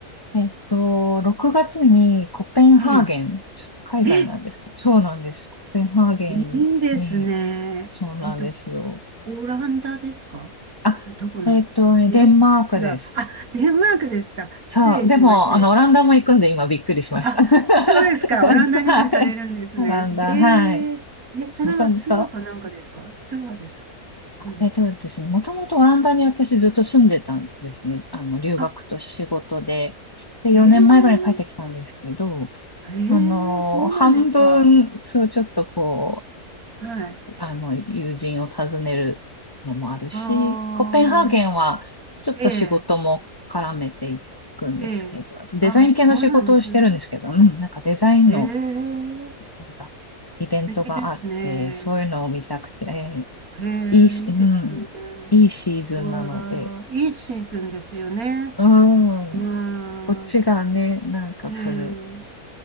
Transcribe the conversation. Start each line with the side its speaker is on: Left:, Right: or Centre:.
Left: えっと、6月にコペンハーゲン、
Right: え
Left: ちょっと海外なんですけど、
Right: え。え、
Left: そうなんです。コペンハーゲンに、
Right: いいですね。
Left: そうなんですよ。
Right: えっと、オランダですかどこなんえ、
Left: あ、えっとね、デンマークです。
Right: 違う。あ、デンマークでした。
Left: そう、
Right: 失礼しまして。
Left: でも、あの、オランダも行くんで今びっくりしました。
Right: あ、
Left: <laughs> はい。
Right: そうですか。オランダにも行かれるんですね。
Left: オランダ、
Right: へえ。
Left: はい。
Right: いや、それはツアーかなんかですかツアーですか何ですか
Left: もともと、えっとですね、もともとオランダに私ずっと住んでたんですね。あの、留学と仕事で。
Right: あ、
Left: で、4年前ぐらいに帰ってきたんですけど、
Right: へえ。へ
Left: あの、
Right: え、そうなんですか。
Left: 半分、そう、ちょっとこ
Right: はい。
Left: あの、友人を訪ねるのもあるし、
Right: ああ、
Left: コペンハーゲンはちょっと仕事も絡めていくんですけど、
Right: ええ、ええ。
Left: デザイン系の仕事をしてるんですけど、
Right: あ、そうなんですね。
Left: うん、なんかデザインの、
Right: へえ、
Left: なんかイベントがあって、
Right: 素敵ですね。
Left: そういうのを見たくて、
Right: へえ、
Left: いいし、
Right: いいですね。
Left: うん、いいシーズンなので、
Right: うわあ、いいシーズンですよね。
Left: うん、
Right: まあ、
Left: こっちがね、なんかこう、
Right: ええ、う